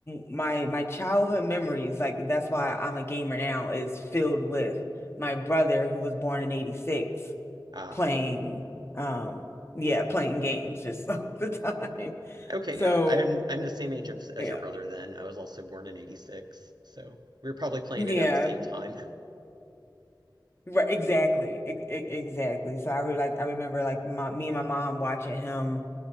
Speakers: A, on the left; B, on the right.
A: my my childhood memories, like that's why I'm a gamer now, is filled with my brother who was born in 86
B: Ah,
A: playing um yeah playing games just <laughs> all the time.
B: okay,
A: So
B: yeah. I'm I'm the same age as, as
A: yeah
B: your brother then. I was also born in 86, so we were probably playing
A: yeah.
B: it at the same time.
A: Right, exactly. E- e- exactly. So I really like I remember like my me and my mom watching him,